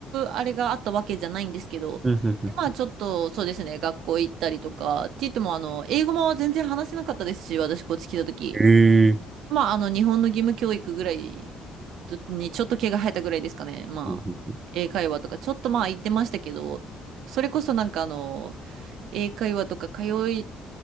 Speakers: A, on the right; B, on the right.
A: あれがあったわけじゃないんですけど、
B: うんうんうん。
A: で、まあちょっとそうですね、学校行ったりとか、って言ってもあの、英語も全然話せなかったですし、私こっち来た時。
B: へえ。
A: まああの、日本の義務教育ぐらいとにちょっと毛が生えたぐらいですかね。まあ、
B: うんうんう
A: 英会話とか、ちょっとまあ言ってましたけど、それこそなんかあの、英会話とか通い、